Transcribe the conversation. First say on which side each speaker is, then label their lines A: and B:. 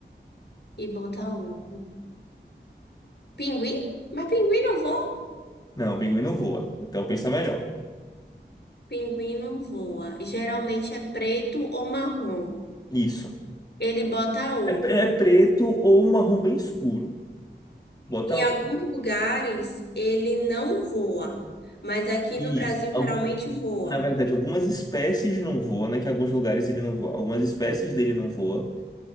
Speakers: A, on the left; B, on the left.
A: e bota ovo. Pinguim? Mas pinguim não voa.
B: Não, o pinguim não voa. Então pensa melhor.
A: Pinguim não voa. Geralmente é preto ou marrom.
B: Isso.
A: Ele bota ovo.
B: É, é preto ou um marrom bem escuro. Bota
A: Em
B: o-
A: alguns lugares ele não voa, mas aqui
B: isso.
A: no Brasil
B: Algum,
A: geralmente voa.
B: na verdade, algumas espécies não voam, né? Que em alguns lugares ele não voa. Algumas espécies dele não voam.